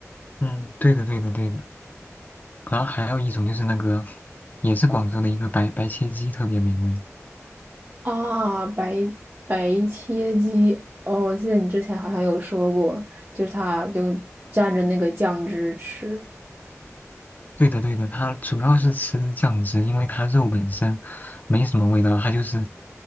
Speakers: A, on the left; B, on the right.
A: 嗯对的对的对的。然后还有一种就是那个，也是广州的一个白白切鸡，特别美味。
B: 啊，白白切鸡，哦，我记得你之前好像有说过，就是他就蘸着那个酱汁吃，
A: 对的，对的，它主要是吃酱汁，因为它肉本身没什么味道，它就是